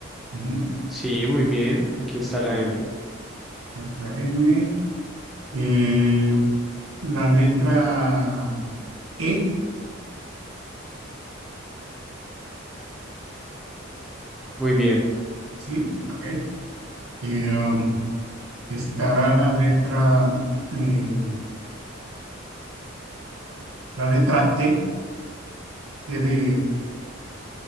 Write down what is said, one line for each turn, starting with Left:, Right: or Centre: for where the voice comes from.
Right: ujú,
Centre: Sí, muy bien. Aquí está
Right: ok.
Centre: la M.
Right: La letra M. Eh, la letra E,
Centre: Muy bien.
Right: sí, ok. Eh, um, estará la letra eh, la letra T, T de,